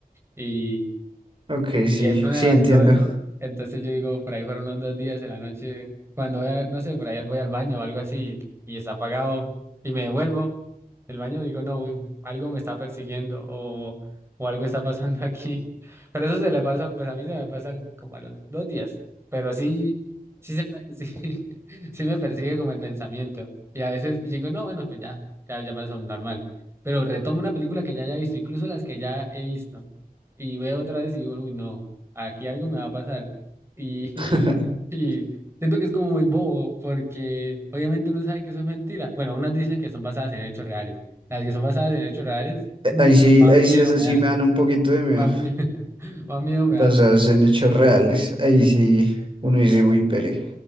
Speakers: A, on the right; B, on the right.
A: y,
B: ok, sí,
A: y es nueva
B: sí entiendo.
A: y todo eso. Entonces yo digo, por ahí fueron unos dos días en la noche, cuando voy a- no sé, por ahí voy al baño o algo así y está apagado y me devuelvo del baño, digo, no, uy, algo me está persiguiendo o, o algo está pasando <laughs> aquí. Pero eso se le pasa, pues a mí se me pasa al- como a los dos días, pero sí, sí, se me- <laughs> sí, sí me persigue como el pensamiento. Y a veces digo, no, bueno, pues ya, ya, ya pasó normal. Pero retomo una película que ya haya visto, incluso las que ya he visto y veo otra vez y digo, uy, no aquí algo me va a pasar. Y,
B: <laughs>
A: <laughs> y siento que es como muy bobo, porque obviamente uno sabe que eso es mentira. Bueno, unas dicen que son basadas en hechos reales. Las que son basadas en hechos reales,
B: Eh,
A: mm,
B: Ahí sí,
A: más
B: ahí
A: miedo
B: sí, esas
A: me
B: sí
A: dan.
B: me dan un poquito de miedo,
A: Más, mie- <laughs> más miedo me
B: basadas
A: da.
B: en hechos reales. Ahí sí, uno dice, uy, pere.